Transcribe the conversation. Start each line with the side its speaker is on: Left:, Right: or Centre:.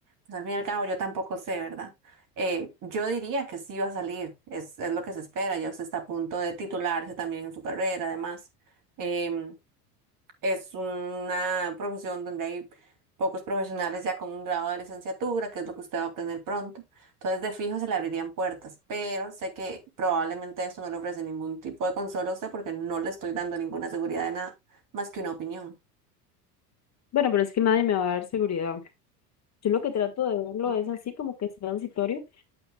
Right: pues al fin y al cabo, yo tampoco sé, ¿verdad? Eh, yo diría que sí va a salir, es, es lo que se espera, ya usted está a punto de titularse también en su carrera, además. Em, Es una profesión donde hay pocos profesionales ya con un grado de licenciatura, que es lo que usted va a obtener pronto. Entonces, de fijo se le abrirían puertas, pero sé que probablemente eso no le ofrece ningún tipo de consuelo a usted porque no le estoy dando ninguna seguridad de nada más que una opinión.
Left: Bueno, pero es que nadie me va a dar seguridad. Yo lo que trato de verlo
Right: Ujú,
Left: es así como que es transitorio,